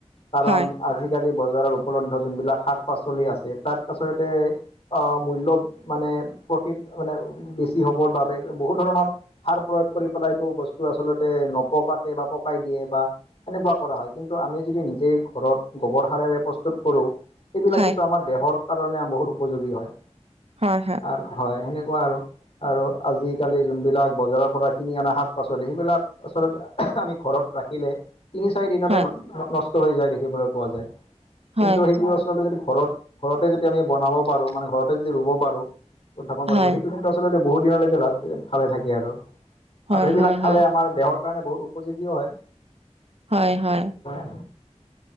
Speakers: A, on the left; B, on the right.
A: কাৰণ
B: হয়
A: আজি আজিকালি বজাৰত উপলব্ধ যোনবিলাক শাক পাচলি আছে। তাত আচলতে মূল্য মানে প্ৰফিট মানে বেছি হবৰ বাবে বহুত ধৰণৰ সাৰ প্ৰয়োগ কৰি পেলাইটো বস্তু আচলতে নপকাতে বা পকাই দিয়ে বা এনেকুৱা কৰা হয়। কিন্তু আমি যদি নিজে ঘৰত গোবৰ সাৰেৰে প্ৰস্তুত কৰোঁ। সেইবিলাক
B: হয়,
A: কিন্তু আমাৰ দেহৰ কাৰণে বহুত উপযোগী হয়।
B: হয় হয়।
A: আৰু হয় সেনেকুৱা আৰু আৰু আজিকালি যোনবিলাক বজাৰৰ পৰা কিনি অনা শাক পাচলি সেইবিলাক আচলতে আমি ঘৰত ৰাখিলে তিনি চাৰি দিনতে
B: হয়,
A: নষ্ট হৈ যায়। দেখিবলৈ পোৱা যায়। কিন্তু
B: হয়,
A: সেইটো আচলতে যদি ঘৰত ঘৰতে যদি আমি বনাব পাৰোঁ। মানে ঘৰতে যদি ৰুব পাৰোঁ। উদাপন কৰিব
B: হয়,
A: সেইটো কিন্তু আচলতে বহুত দিনলৈকে ভালে থাকে আৰু
B: হয়,
A: আৰু সেইবিলাক
B: হয়,
A: ফালে
B: হয়,
A: আমাৰ দেহৰ কাৰণে বহুত উপযোগীও হয়।
B: হয় হয়।
A: হয়।